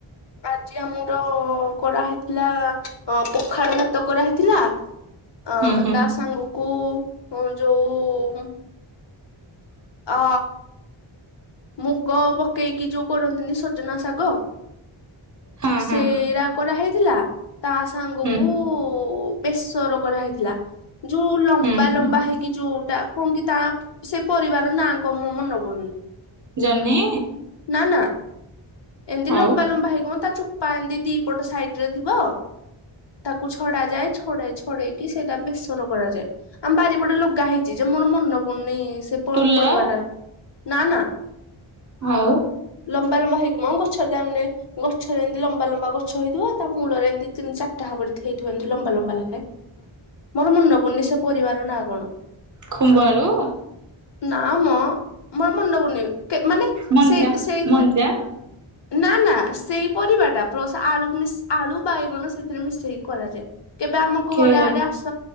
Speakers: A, on the left; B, on the right.
A: ଆଜି ଆମର କରାହେଇଥିଲା, ପଖାଳ ଭାତ କରାହେଇଥିଲା ଆ
B: ହୁଁ ହୁଁ
A: ତା ସାଙ୍ଗକୁ ଯୋଉ ଆ ମୁଗ ପକେଇକି ଯୋଉ କରନ୍ତିନି ସଜନା ଶାଗ
B: ହଁ
A: ସେଇରା
B: ହଁ
A: କରାହେଇଥିଲା ତା ସାଙ୍ଗ
B: ହୁଁ
A: କୁ ବେସର କରାହେଇଥିଲା। ଯୋଉ ଲମ୍ବା
B: ହୁଁ ହୁଁ
A: ଲମ୍ବା ହେଇକି ଯୋଉଟା? କଣ କି ତା ସେ ପରିବାର ନାଁ କଣ? ମୋ ମନେ ପଡୁନି।
B: ଜହ୍ନି?
A: ନାନା ଏମିତି
B: ଆଉ
A: ଲମ୍ବା ଲମ୍ବା ହେଇକି ମ, ତା ଚୋ- ପାଣି ଦି ଦିପଟ ସାଇଟ ରେ ଥିବ‌ ତାକୁ ଛଡାଯାଏ। ଛଡେଇ, ଛଡେଇକି ସେଇଟା ବେସର କରାଯାଏ। ଆମ ବାରିପଟେ ଲଗା ହେଇଛି ଯେ, ମୋର ମନ ପଡୁନେଇ ସେ
B: ଟୁଲ
A: ପରିବା ଟାର ନା, ନା।
B: ଆଉ
A: ଲମ୍ବା ଲମ୍ବା ହେଇକି ମ, ଗଛ ରେ <unintelligible> ଗଛରେ ଏମିତି ଲମ୍ବା ଲମ୍ବା ଗଛ ହେଇଥିବ, ତା ମୂଳରେ ଏମତି ତିନି ଚାରିଟା ହବାର ହେଇଥିବ, ଏ ଲମ୍ବା ଲମ୍ବା ଲେଖେ। ମୋର ମନେ ପଡୁନି ସେ ପରିବାର ନା କଣ?
B: ଖୁମ୍ବ ଆଳୁ?
A: ନା ମ ମୋର ମନେପଡୁନି, ମାନେ
B: ମଞ୍ଜା
A: ସେଇ ସେଇଥି
B: ମଞ୍ଜା
A: ନା, ନା ସେଇ ପରିବାଟା, ପ୍ଲସ୍ ଆଳୁ ମିସ୍ ଆଳୁ ବାଇଗଣ ସେଥିରେ ମିଶେଇକି କରାଯାଏ। କେବେ ଆମ ଘରେ
B: କେ
A: ଆଡେ ଆସ?